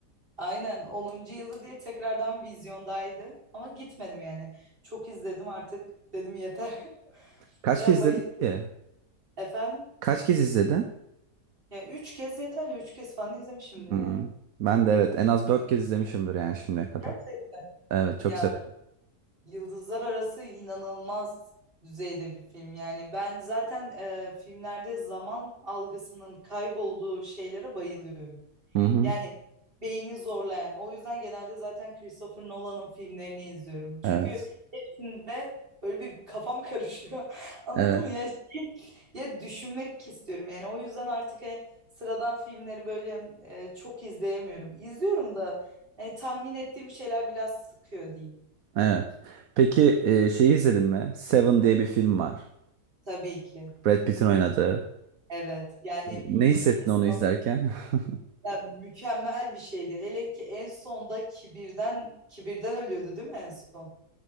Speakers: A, on the right; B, on the right.
A: Aynen onuncu yılı diye tekrardan vizyondaydı. Ama gitmedim yani. Çok izledim artık dedim yeter. <laughs>
B: Kaç
A: Ya
B: kez
A: bayıl
B: izledin ki?
A: efendim.
B: Kaç kez izledin?
A: Ya üç kez yeterli. Üç kez falan izlemişimdir
B: Hmm,
A: yani.
B: Ben de evet en az dört kez izlemişimdir yani şimdiye kadar.
A: Gerçekten.
B: Evet çok
A: Ya
B: severim.
A: Yıldızlar Arası inanılmaz düzeyde bir film. Yani ben zaten e, filmlerde zaman algısının kaybolduğu şeylere bayılıyorum.
B: Hı hı.
A: Yani beyni zorlayan. O yüzden genelde zaten Christopher Nolan'ın filmlerini izliyorum. Çünkü
B: Evet.
A: içinde böyle bir kafam karışıyor. <laughs> Anladın
B: Evet.
A: mı? Ya şey, ya düşünmek istiyorum. Yani o yüzden artık e, sıradan filmleri böyle e, çok izleyemiyorum. İzliyorum da e, tahmin ettiğim şeyler biraz sıkıyor diyeyim.
B: Evet. Peki e, şeyi izledin mi? Seven diye bir film var.
A: Tabii ki.
B: Brad Pitt'in oynadığı.
A: Evet. Yani
B: Ne hissettin
A: insan
B: onu izlerken? <laughs>
A: ya mükemmel bir şeydi. Hele ki en sonda kibirden kibirden ölüyordu değil mi en son?